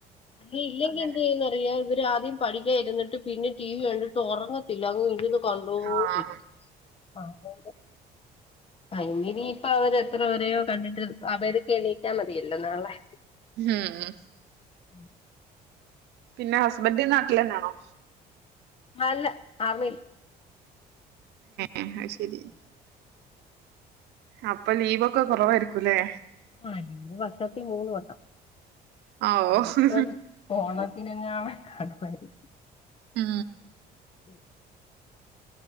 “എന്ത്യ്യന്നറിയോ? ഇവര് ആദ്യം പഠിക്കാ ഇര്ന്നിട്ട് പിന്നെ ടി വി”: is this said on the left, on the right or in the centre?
Left